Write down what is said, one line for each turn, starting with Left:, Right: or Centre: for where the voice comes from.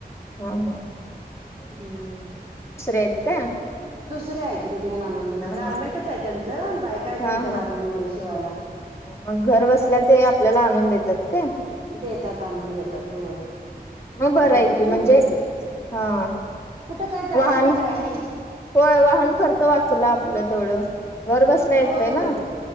Left: हम्म हम्म.
Right: हम्म
Left: आहेत का
Right: दुसरे आहे ते मेन आणून देणारे
Left: हा
Right: गारमेंटच
Left: हा
Right: च त्यांचा बायका आहेत
Left: हा
Right: त्यांच्या
Left: हा
Right: गार्मेंटमध्ये शिवायला.
Left: हा घर बसल्या ते आपल्याला आणून देतात काय?
Right: देतात आणून देतात होय
Left: बरं
Right: मग ते
Left: आहे
Right: आपण
Left: की
Right: शिवून
Left: म्हणजे
Right: द्यायचं.
Left: हा.
Right: कुट काय जायचं
Left: वाहन
Right: नाय काय नाय.
Left: होय वाहन खर्च वाचला आपलं तेवढं घर बसल्या
Right: होय
Left: येतय
Right: होय
Left: ना.